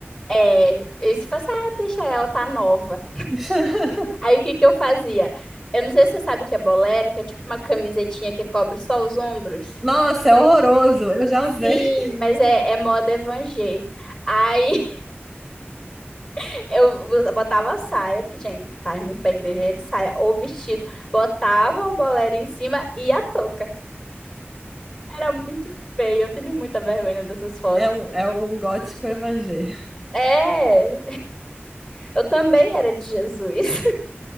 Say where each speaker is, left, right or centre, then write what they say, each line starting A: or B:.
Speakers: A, on the left (about 20°); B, in the centre.
A: É, eles falavam assim, ah, deixa ela, tá nova.
B: <laughs>
A: Aí o que que eu fazia? Eu não sei se você sabe o que é bolero, que é tipo uma camisetinha que cobre só os ombros.
B: Nossa, é horroroso. Eu já usei.
A: Sim, mas é, é moda evangé. Aí <laughs> eu botava a saia, porque tinha que estar indo pra igreja ia de saia, ou vestido, botava o bolero em cima e a touca. Era muito feio, eu tenho muita vergonha dessas fotos.
B: É um, é um gótico evangélico.
A: É, eu também era de Jesus.